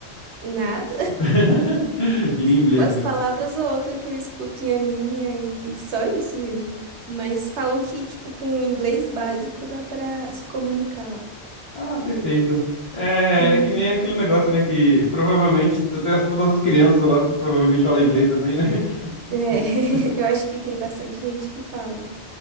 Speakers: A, on the right; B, on the left.
A: Nada.
B: <laughs> E nem
A: <laughs>
B: inglês
A: Umas
B: mesmo.
A: palavras ou outra que eu escuto em anime aí, e só isso mesmo. Mas falam que, tipo, com o inglês básico dá pra se comunicar lá.
B: Ah, perfeito. É,
A: Uhum.
B: é que nem aquele negócio, né? Que provavelmente até as- todas as crianças lá provavelmente falam inglês também, né?
A: É,
B: <laughs>
A: <laughs> eu acho que tem bastante gente que fala.